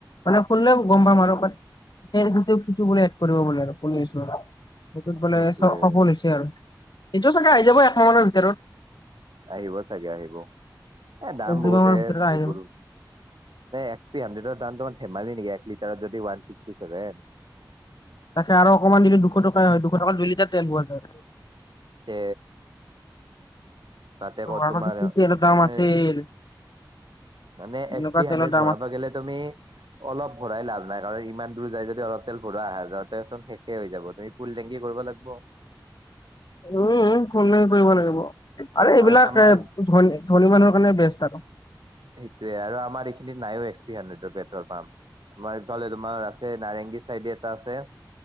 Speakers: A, on the left; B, on the right.
A: মানে শুনিলে গম পাম আৰু বাত <unintelligible> কৰিব বোলে শুনি আছোঁ আৰু সেইটোত বোলে
B: সেইটোয়ে
A: সফল হৈছে আৰু, সেইটো চাগে আহি যাব একমাহ মানৰ ভিতৰত।
B: আহিব চাগে আহিব, এ দাম
A: এক দুই
B: বহুতে
A: মাহ মানৰ ভিতৰত আহি
B: এইবোৰো
A: যাব
B: এক্সপি হাণ্ড্ৰেদৰ দাম তোমাৰ ধেমালি নেকি, এক লিটাৰ যদি ওৱান ছিক্সটি চছেভন
A: তাকে আৰু অকমান দিলে দুশ টকা হয়, দুশ টকা দুই লিটাৰ তেল পোৱা যায়।
B: তে, তাতে ক'ত
A: আগতে
B: তোমাৰ
A: কি
B: এ
A: তেলৰ দাম আছিল
B: মানে
A: এনেকুৱা
B: এক্স পি হান্দ্ৰেদ
A: তেলৰ দাম
B: ভৰাব গ'লে তুমি অলপ ভৰাই লাভ নাই, কাৰণ ইমান দূৰ যায় যদি অলপ তেল ভৰা আহা যোৱাতে চোন শেষে হৈ যাব, তুমি ফুল টেংকি কৰিব লাগিব।
A: উম, ফুল টেংকি কৰিব লাগিব, আৰু
B: কাৰণ
A: এইবিলাক
B: আমাৰ
A: এ, ধনী ধনী মানুহৰ কাৰণে বেষ্ট আৰু।
B: সেইটোৱে, আৰু আমাৰ এইখিনিত নাইও এক্সপি হাণ্ড্ৰেডৰ পেট্ৰল পাম্প। আমাৰ এইফালে তোমাৰ আছে নাৰেংগী চাইডে এটা আছে